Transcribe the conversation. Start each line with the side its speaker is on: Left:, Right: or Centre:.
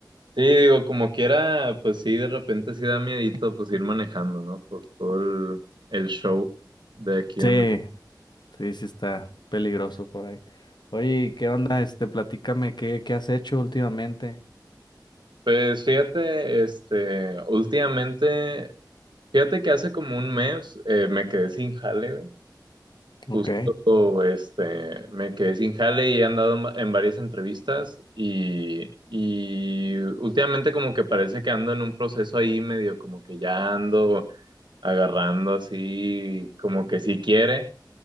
Right: Sí, digo, como quiera, pues sí, de repente sí da miedito pues ir manejando, ¿no? Por todo el, el show de aquí
Left: Sí,
Right: en México.
Left: sí, sí está peligroso por ahí. Oye, ¿qué onda? Este, platícame, ¿qué, qué has hecho últimamente?
Right: Pues fíjate, este, últimamente, fíjate que hace como un mes eh, me quedé sin jale, güey.
Left: Ok.
Right: Justo, este, me quedé sin jale y he andado en, en varias entrevistas y, y últimamente como que parece que ando en un proceso ahí medio como que ya ando agarrando así, como que sí quiere.